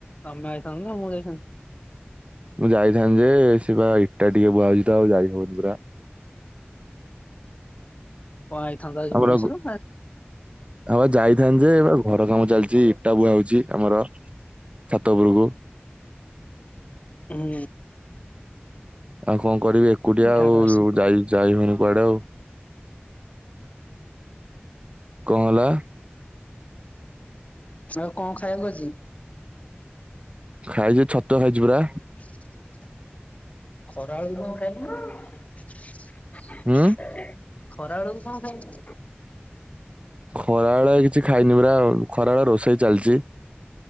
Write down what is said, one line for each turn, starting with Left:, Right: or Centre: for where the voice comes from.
Left: ତମେ ଆଇଥାନ୍ତ ନା ମୁଁ ଯାଇଥାନ୍ତି।
Right: ମୁଁ ଯାଇଥାନ୍ତି ଯେ ସେ ବା ଇଟା ଟିକେ ବୁହାହଉଛି ତ ଆଉ ଯାଇ ହବନି ପୁରା।
Left: କଣ ଆଇଥାନ୍ତ ଆଜି
Right: ଆମର
Left: ଭୁବନେଶ୍ୱର ନା
Right: ହଁ ବା ଯାଇଥାନ୍ତ ଯେ ଏ ଘର କାମ ଚାଲିଛି ଇଟା ବୁହା ହଉଛି ଆମର ଛାତ ଉପୁରକୁ।
Left: ହୁଁ।
Right: ଆଉ କଣ କରିବି ଏକୁଟିଆ
Left: ଝାଡା
Right: ଆଉ
Left: ଆସୁଛି
Right: ଯାଇ ଯାଇ ହଉନି କୁଆଡେ ଆଉ। କଣ ହେଲା?
Left: ଆଉ କଣ ଖାଇଆକୁ ଆଜି?
Right: ଖାଇଛି ଛତୁଆ ଖାଇଛି ପରା।
Left: ଖରାବେଳୁକୁ କଣ <unintelligible> ଖରାବେଳକୁ କଣ
Right: ହୁଁ
Left: ଖାଇ
Right: ଖରାବେଳେ କିଛି ଖାଇନି ପରା ଖରାଏଳେ ରୋଷେଇ ଚାଲିଛି।